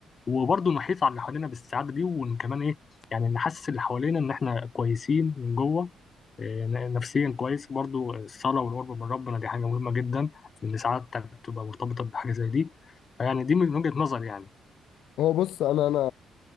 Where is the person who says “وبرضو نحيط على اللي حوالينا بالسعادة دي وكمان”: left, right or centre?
Left